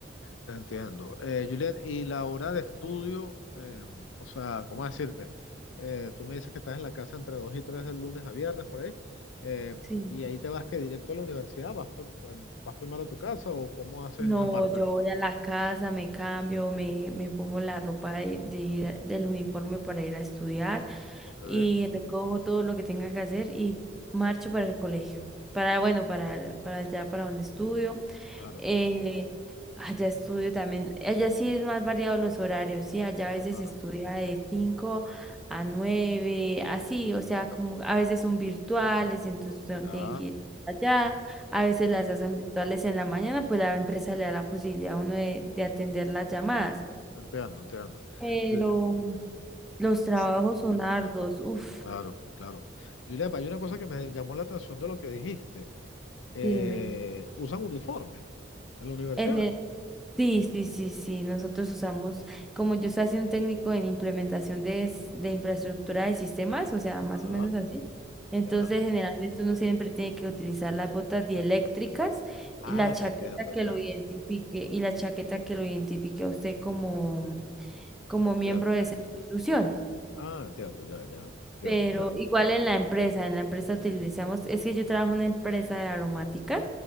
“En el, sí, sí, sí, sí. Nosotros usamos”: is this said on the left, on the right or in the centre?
Centre